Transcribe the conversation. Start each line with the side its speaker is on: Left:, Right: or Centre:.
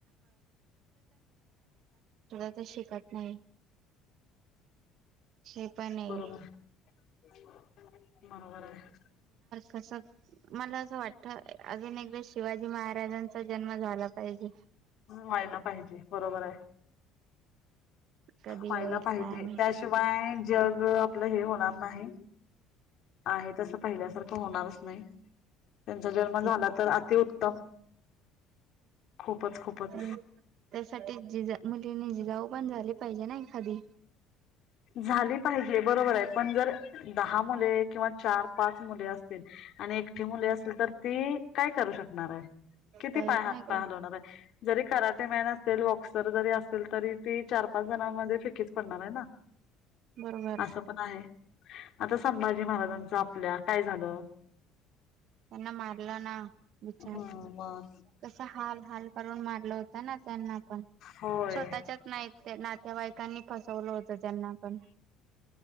Right: त्या शिकत नाही, हे पण आहे.
Left: बरोबर <unintelligible> बरोबर आहे.
Right: कस मला असं वाटत अजून एकदा शिवाजी महाराजांचा जन्म झाला पाहिजे
Left: होय ना पाहिजे बरोबर आहे.
Right: कधी
Left: व्हायला
Right: होईल
Left: पाहिजे
Right: काय माहित
Left: त्याशिवाय जग आपलं हे होणार नाही. आहे तस पहिल्यासारखं होणारच नाही, त्यांचा जन्म झाला
Right: ते
Left: तर अतिउत्तम खूपच-खूपच
Right: हम्म त्यासाठी जिजा म्हणजे जिजाऊ पण झाली पाहिजे ना एखादी
Left: झाली पाहिजे बरोबर आहे पण जर दहा मुले किंवा चार, पाच मुले असतील आणि एकटी मुलगी असली तर ती काय करू शकणार आहे किती
Right: काहीच
Left: पाय, हात
Right: नाही करू
Left: पाय, हलवणार आहे जरी करा कराटेमॅन असेल, बॉक्सर जरी असेल तरी ती चार-पाच जणांमध्ये फिकीच पडणार आहे ना?
Right: बरोबर
Left: असं पण आहे आता स संभाजी महाराजांच आपल्या काय झालं?
Right: त्यांना मारलना. विचार
Left: हम्म मग
Right: कसा हाल-हाल. करून मारलं होत ना? त्यांना पण,
Left: होय
Right: स्वतःच्याच नाही नातेवाईकांनी फसवलं होत त्यांना पण.